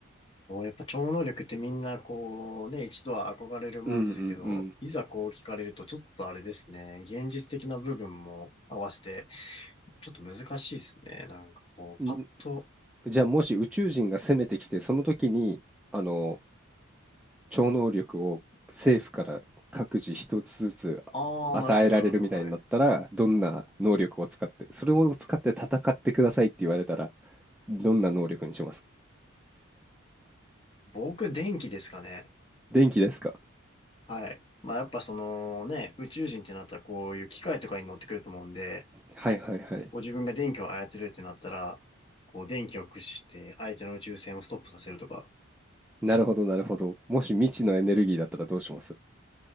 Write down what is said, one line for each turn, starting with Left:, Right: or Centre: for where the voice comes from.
Left: こうやっぱ超能力ってみんなこうね、一度は憧れるもんですけど、
Centre: うんうん
Left: いざこう聞かれるとちょっとあれですね、現実的な部分も合わせて、ちょっと難しいですね。なんかこう、
Centre: うんん
Left: パッと、
Centre: じゃあもし宇宙人が攻めてきてその時にあの超能力を政府から各自一つずつ与えられるみたいになったら、
Left: ああ、なるほど、なるほど、はい。
Centre: どんな能力を使って、それを使って戦ってくださいって言われたら、どんな能力にしますか
Left: 僕、電気ですかね。
Centre: 電気ですか
Left: はい。まあやっぱそのね、宇宙人ってなったらこういう機械とかに乗ってくると思うんで、
Centre: はいはいはい。
Left: ご自分が電気を操れるってなったら、こう電気を駆使して相手の宇宙船をストップさせるとか。
Centre: なるほどなるほど。もし未知のエネルギーだったらどうします